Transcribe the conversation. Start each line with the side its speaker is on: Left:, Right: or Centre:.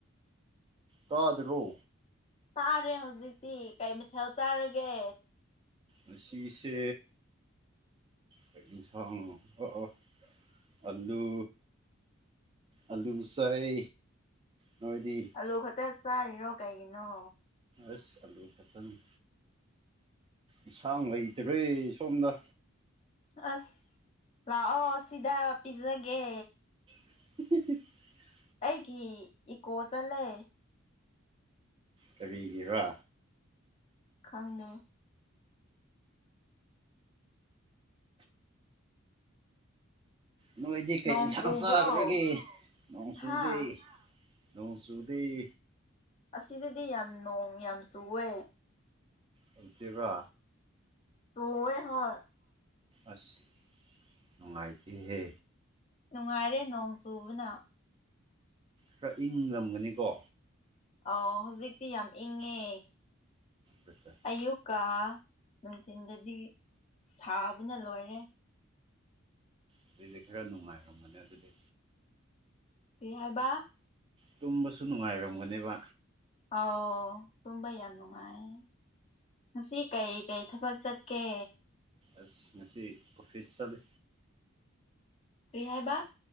Right: ꯇꯥꯗꯔꯣ
Left: ꯇꯥꯔꯦ ꯍꯧꯖꯤꯛꯇꯤ ꯀꯩ ꯃꯊꯦꯜ ꯆꯥꯔꯒꯦ
Right: ꯉꯁꯤꯁꯦ ꯀꯩ ꯏꯟꯁꯥꯡꯅꯣ ꯑꯣ ꯑꯣ ꯑꯂꯨ ꯑꯂꯨ ꯆꯥꯏ ꯅꯣꯏꯗꯤ
Left: ꯑꯂꯨ ꯈꯛꯇ ꯆꯥꯔꯤꯔꯣ ꯀꯩꯒꯤꯅꯣ
Right: ꯑꯁ ꯑꯂꯨ ꯈꯇꯥꯅꯤ ꯏꯁꯥꯡ ꯂꯩꯇ꯭ꯔꯦ ꯁꯣꯝꯗ
Left: ꯑꯁ ꯂꯥꯛꯑꯣ ꯁꯤꯗ ꯄꯤꯖꯒꯦ
Right: <unintelligible>
Left: ꯑꯩꯒꯤ ꯏꯀꯣ ꯆꯠꯂꯦ
Right: ꯀꯔꯤꯒꯤꯔꯥ
Left: ꯈꯪꯗꯦ
Right: ꯅꯣꯏꯗꯤ ꯀꯩ
Left: ꯅꯣꯡ
Right: ꯌꯦꯟꯁꯥꯡ
Left: ꯆꯨꯕ꯭ꯔꯣ
Right: ꯆꯥꯈꯒꯦ ꯅꯣꯡꯆꯨꯗꯤ
Left: ꯍꯥ
Right: ꯅꯣꯡ ꯆꯨꯗꯩ
Left: ꯑꯁꯤꯗꯗꯤ ꯌꯥꯝ ꯅꯣꯡ ꯌꯥꯝꯁꯨ ꯑꯣꯏ
Right: <unintelligible> ꯇꯚꯥ
Left: ꯆꯨꯋꯦ ꯍꯣꯏ
Right: ꯑꯁ ꯅꯨꯡꯉꯥꯏꯇꯦꯍꯦ
Left: ꯅꯨꯡꯉꯥꯏꯔꯦ ꯅꯣꯡ ꯆꯨꯕꯅ
Right: ꯈꯔ ꯏꯪꯡꯂꯝꯒꯅꯤ ꯀꯣ
Left: ꯑ ꯍꯧꯖꯤꯛꯇꯤ ꯌꯥꯝ ꯏꯪꯉꯦ
Right: ꯄꯠꯇꯦ
Left: ꯑꯌꯨꯛꯀ ꯅꯨꯡꯊꯤꯟꯗꯗꯤ ꯁꯥꯕꯅ ꯂꯣꯏꯔꯦ
Right: ꯑꯗꯨꯗꯏꯗꯤ ꯈꯔ ꯅꯨꯡꯉꯥꯏꯔꯝꯕꯅꯦ ꯑꯗꯨꯗꯤ
Left: ꯀꯔꯤ ꯍꯥꯏꯕ
Right: ꯇꯨꯝꯕꯁꯨ ꯅꯨꯡꯉꯥꯏꯔꯝꯒꯅꯦꯕ
Left: ꯑꯣ ꯇꯨꯝꯕ ꯌꯥꯝ ꯅꯨꯡꯉꯥꯏ ꯀꯩ ꯀꯩ ꯊꯕꯛ ꯆꯠꯀꯦ
Right: ꯑꯁ ꯉꯁꯤ ꯑꯣꯐꯤꯁ ꯆꯠꯂꯤ
Left: ꯀꯔꯤꯍ ꯍꯥꯏꯕ